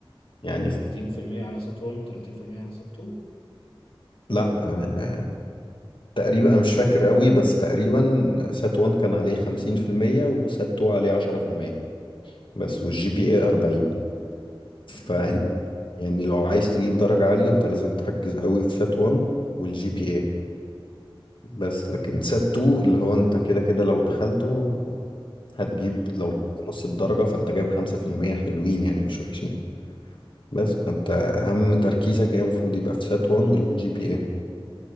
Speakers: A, on the left (about 65°); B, on the left (about 90°).
A: يعني في
B: 30% على سات 1 و30% على سات 2
A: لا آه، تقريبا أنا مش فاكر قوي بس تقريبا سات 1 كان عليه خمسين في المية وسات 2 عليه عشرة في المية بس والجي بي اي 40 فانت
B: مم.
A: يعني لو عايز تجيب درجة عالية انت لازم تركز قوي في سات 1 والجي بي اي بس لكن سات 2 اللي هو انت كده كده لو دخلته هتجيب
B: مم.
A: لو جبت نص الدرجة فانت جايب خمسة في المية حلوين يعني مش وحشين بس فانت اهم تركيزك يعني المفروض يبقى في سات 1 والجي بي اي